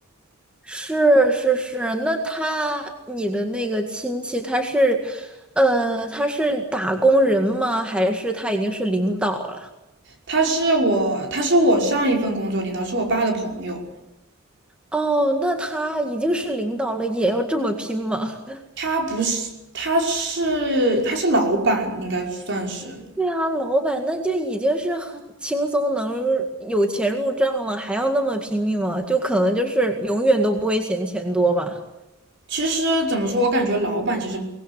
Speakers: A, in the centre; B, on the right (about 55°).
A: 是是是，那他你的那个亲戚他是，呃，他是打工人吗？还是他已经是领导了？
B: 他是我，他是我上一份工作领导，是我爸的朋友，
A: 哦，那他已经是领导了，也要这么拼吗？<laughs>
B: 他不是，他是他是老板，应该算是，
A: 对啊，老板那就已经是很轻松能有钱入账了，还要那么拼命吗？就可能就是永远都不会嫌钱多吧。
B: 其实怎么说，我感觉老板其实